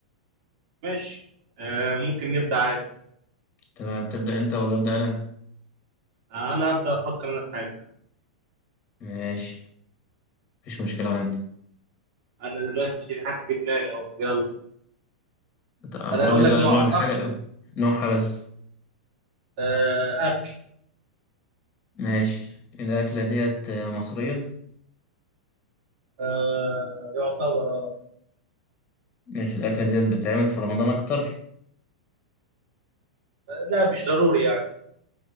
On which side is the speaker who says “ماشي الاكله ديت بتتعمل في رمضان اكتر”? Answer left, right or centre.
Left